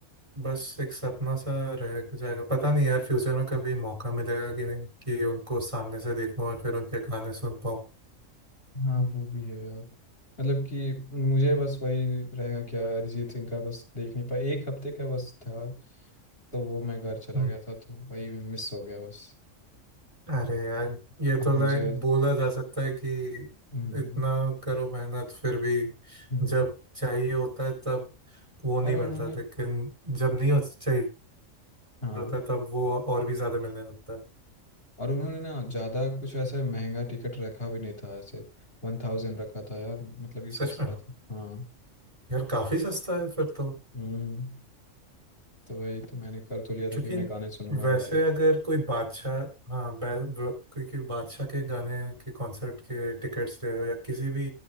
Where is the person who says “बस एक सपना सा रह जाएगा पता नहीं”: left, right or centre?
Right